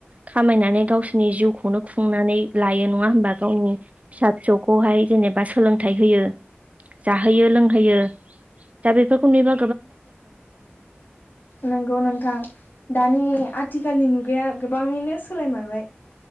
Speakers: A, on the right; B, on the left.
A: खामायनानै गावसोरनि जिउखौनो खुंनानै लायो नङा हबा गावनि फिसा फिसौ खौहाय जेनेबा सोलोंथाइ होयो जाहोयो लोंहोयो दा बेफोरखौ नुबा
B: नंगौ नोंथां दानि आथिखालनि मु बिगाया गोबाङैनो सोलायमारबाय